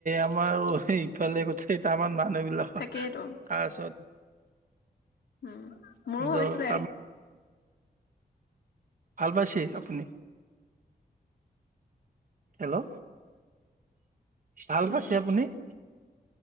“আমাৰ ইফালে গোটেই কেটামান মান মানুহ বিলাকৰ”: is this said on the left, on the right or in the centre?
Right